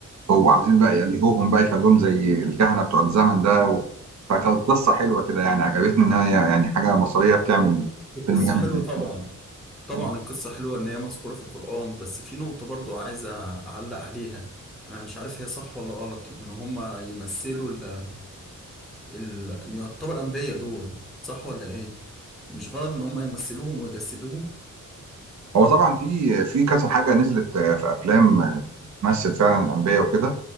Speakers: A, on the right; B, in the centre.
A: هو عايزين بقى يلهوهم بقى يخلوهم زي الكهنه بتوع الزمن ده و... فكانت قصه حلوه كده يعني عجبتني ان هي يعني حاجه مصريه بتعمل
B: القصة
A: فيلم جامد
B: حلوة
A: زي
B: طبعا
A: كده
B: طبعا
A: مم.
B: القصة حلوة إن هي مذكورة في القرآن بس في نقطة برضو عايز أعلق عليها أنا مش عارف هي صح ولا غلط إن هما يمثلوا ال ال إن يعتبر أنبياء دول صح ولا إيه؟ مش غلط إن هما يمثلوهم ويجسدوهم
A: هو طبعا في في كذا حاجه نزلت آه، في افلام آه، تمثل فعلا الانبياء وكده